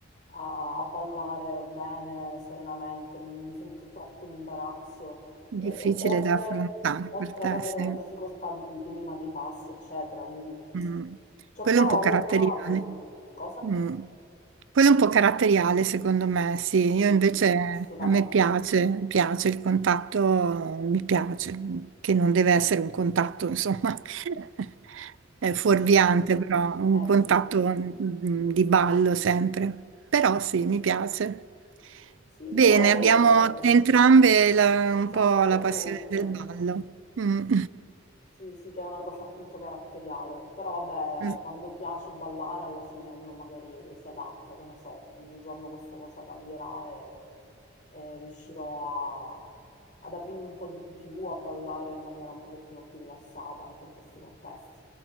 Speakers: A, on the left; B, on the right.
A: a- a ballare bene, serenamente, mi sento troppo in imbarazzo
B: difficile
A: eh, e oltre,
B: da affrontare
A: oltre
B: per te,
A: ad avere
B: sì.
A: la difficoltà di cui prima, dei passi, eccetera, quindi
B: Mm.
A: ci ho
B: Quello
A: provato,
B: è un po'
A: avevo
B: caratteriale.
A: provato. Cosa?
B: Mm. Quello è un po' caratteriale, secondo me, sì.
A: Sì,
B: Io invece
A: assolutamente,
B: a me piace, piace il contatto, mi piace, che non deve essere un contatto, insomma, <laughs> è fuorviante,
A: eccessivo.
B: però un
A: Eh
B: contatto
A: sì,
B: mm, di ballo sempre. Però sì, mi piace.
A: sì,
B: Bene,
A: io
B: abbiamo entrambe la- un
A: sono
B: po'
A: d'accordo
B: la passione
A: con te.
B: del ballo. Mm.
A: Sì, sì, che è una cosa appunto caratteriale, però vabbè,
B: <laughs>
A: quando piace ballare alla fine uno magari si adatta, che ne so, un giorno questa cosa cambierà e, e riuscirò a- ad aprirmi un po' di più, a ballare in maniera un pochettino più rilassata anche in questi contesti.